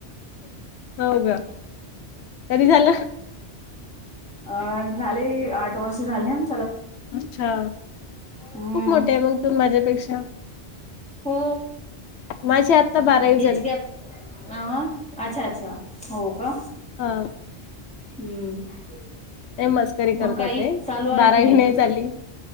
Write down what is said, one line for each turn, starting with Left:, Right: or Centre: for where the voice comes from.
Left: हो का कधी झालं
Centre: अ झाले. आठ वर्ष झाली आम
Left: अच्छा
Centre: हम्म
Left: खूप मोठे आहे, मग तुम्ही माझ्यापेक्षा.
Centre: हो.
Left: माझी आत्ता बारावी झाली
Centre: एज गॅप अ अच्छा! अच्छा! हो का?
Left: हा
Centre: हम्म.
Left: ते मस्करी करत
Centre: मग काही
Left: होते,
Centre: चालू आहे
Left: बारावी
Centre: की
Left: नाही झाली.